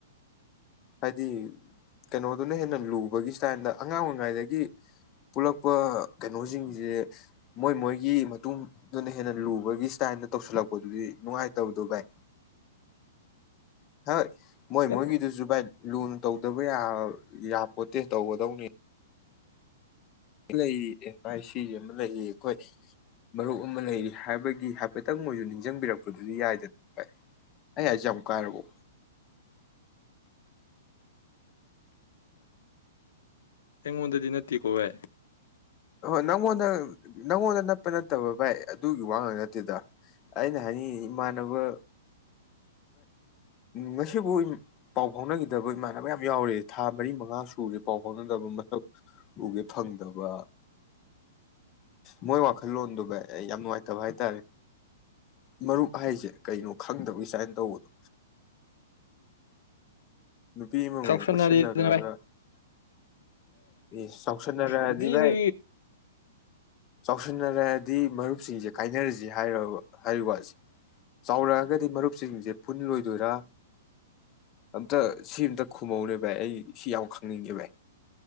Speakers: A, on the left; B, on the left.
A: ꯍꯥꯏꯗꯤ ꯀꯩꯅꯩꯅꯣ ꯑꯗꯨꯅ ꯍꯦꯟꯅ ꯂꯨꯕꯒꯤ ꯏꯁꯇꯥꯏꯜꯗ ꯑꯉꯥꯡ ꯑꯣꯏꯔꯤꯉꯩꯗꯒꯤ ꯄꯨꯜꯂꯛꯄ ꯀꯩꯅꯣꯁꯤꯡꯁꯦ ꯃꯣꯏ ꯃꯣꯏꯒꯤ ꯃꯇꯨꯡꯗꯨꯅ ꯍꯦꯟꯅ ꯂꯨꯕꯒꯤ ꯏꯁꯇꯥꯏꯜꯗ ꯇꯧꯁꯤꯜꯂꯛꯄꯗꯨꯗꯤ ꯅꯨꯡꯉꯥꯏꯇꯕꯗꯣ ꯕꯥꯥꯏ ꯍ ꯃꯣꯏ
B: ꯀꯟꯅ
A: ꯃꯣꯏ ꯀꯗꯨꯁꯨꯕꯥꯥꯏ ꯂꯨ ꯇꯧꯗꯕ ꯌꯥꯄꯣꯠꯇꯦ ꯇꯧꯒꯗꯧꯅꯤ ꯂꯩꯔꯤ ꯑꯦꯚꯥꯏ ꯁꯤꯁ ꯑꯃ ꯂꯩꯔꯤ ꯑꯩꯈꯣꯏ ꯃꯔꯨꯞ ꯑꯃ ꯂꯩꯔꯤ ꯍꯥꯏꯕꯒꯤ ꯍꯥꯏꯐꯦꯠꯇꯪ ꯃꯣꯏꯁꯨ ꯅꯤꯡꯁꯤꯡꯕꯤꯔꯛꯄꯗꯨꯗꯤ ꯌꯥꯏꯗꯅ ꯚꯥꯏ ꯑꯩ ꯍꯥꯏꯖꯝꯨ ꯀꯥꯏꯔꯔꯕꯣ
B: ꯍꯉ ꯑꯗꯨ ꯅꯠꯇ ꯀꯣꯋꯦ
A: ꯅꯪꯣꯟꯅ ꯅꯪꯉꯣꯟꯗ ꯅꯠꯄ ꯅꯠꯇꯕ ꯚꯥꯏ ꯑꯗꯨꯒꯤ ꯋꯥ ꯉꯥꯡ ꯅꯠꯇꯦꯗ ꯑꯩꯅ ꯍꯥꯏꯅꯤꯡꯉꯤ ꯏꯃꯥꯟꯅꯕ ꯉꯁꯤꯕꯨꯥꯎ ꯄꯥꯎ ꯐꯥꯎꯅꯈꯤꯗꯕ ꯏꯃꯥꯟꯅꯕ ꯌꯥꯝ ꯌꯥꯎꯔꯦ ꯊꯥ ꯃꯔꯤ ꯃꯉꯥꯁꯨ ꯐꯨꯁꯦ ꯄꯥꯎ ꯐꯥꯎꯅꯗꯕ ꯃꯊꯧ ꯎꯒꯦ ꯐꯪꯗꯕ ꯃꯣꯏ ꯋꯥꯈꯜꯂꯣꯟꯗꯨ ꯑꯩ ꯌꯥꯝ ꯅꯨꯡꯉꯥꯏꯇꯕ ꯍꯥꯏ ꯇꯥꯔꯦ ꯃꯔꯨꯞ ꯍꯥꯏꯁꯦ ꯀꯩꯅꯣ ꯈꯪꯗꯕꯒꯤ ꯁꯨꯃꯥꯏꯅ ꯇꯧꯕꯗꯣ ꯅꯨꯄꯤ ꯑꯃꯃꯝ
B: ꯆꯥꯎꯁꯅꯔꯤ
A: ꯀꯣꯏꯁꯟꯅꯈ꯭ꯔꯒ
B: ꯅꯨ
A: ꯑꯦ ꯆꯥꯎꯁꯟꯅꯔꯛꯑꯗꯤ
B: ꯅꯨꯄꯤ
A: ꯚꯥꯏ
B: ꯅꯨ
A: ꯆꯥꯎꯁꯤꯟꯅꯔꯛꯑꯗꯤ ꯃꯔꯨꯞꯁꯤꯡꯁꯦ ꯀꯥꯏꯅꯔꯁꯤ ꯍꯥꯏ ꯍꯥꯏꯔꯤꯕ ꯋꯥꯠꯁꯦ ꯆꯥꯎꯔꯛꯑꯒꯗꯤ ꯃꯔꯨꯞꯁꯤꯡꯁꯦ ꯐꯨꯟ ꯂꯣꯏꯗꯣꯏꯔ ꯑꯝꯇ ꯁꯤ ꯑꯇ ꯈꯨꯝꯃꯧꯅꯦ ꯚꯥꯏ ꯑꯩ ꯁꯤ ꯌꯥꯝ ꯈꯪꯅꯤꯡꯉꯦ ꯚꯥꯏ